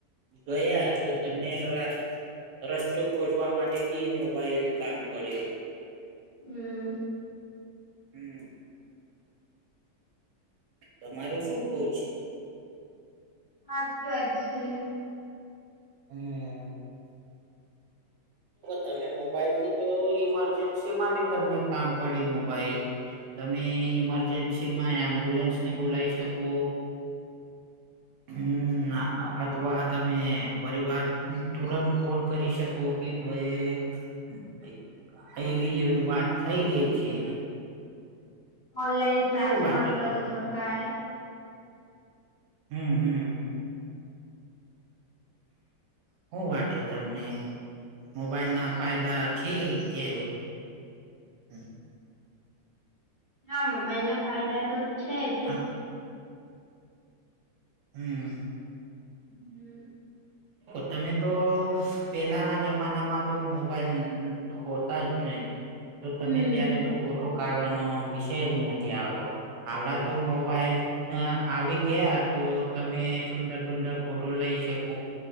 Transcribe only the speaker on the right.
ગયા તો તમે રા રસ્તો ખોજવા માટે બી મોબાઈલ કામ પડે.
હમ તમારું શું કવ છે
હમ તમે મોબાઈલથી તો ઈમરજન્સી માં બી તમને કામ પડે મોબાઈલ તમે ઈમરજન્સી માં એમ્બ્યુલન્સ ને બોલાવી શકો હમ અથવા તમે પરિવાર તુરંત ફોન કરી શકો કે ભાઈ એવી એવી વાત થઈ ગઈ છે.
શું વાટે
તમને
હમ હમ શું વાટે તમને મોબાઈલ ના ફાયદા છે કે હમ
હમ હમ
તમે તો પેલાના જમાનામાં તો મોબાઈલ હોતા જ નહી તો તમે
ત્યારે તો ફોટો કાઢવાનો વિષય જ નથી આવતો આવડા તો મોબાઈલ અ આવી ગયા તો તમે સુંદર સુંદર ફોટો લઈ શકો